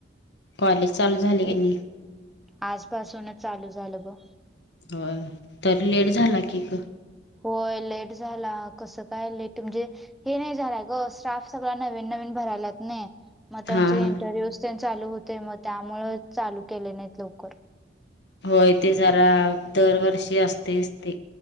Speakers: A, on the left; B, in the centre.
A: कॉलेज चालू झाले क नाही
B: आजपासूनच चालू झालं ब
A: होय तर लेट झाला की ग
B: होय लेट झाला कसं काय लेट म्हणजे हे नाही झालंय ग स्टाफ सगळा नवीन नवीन भरायलात नाही मग त्यांचे
A: हा हा
B: इंटरव्ह्यूज चालू होते मग त्यामुळे चालू केले नाहीत लवकर
A: होय ते जरा दरवर्षी असते असते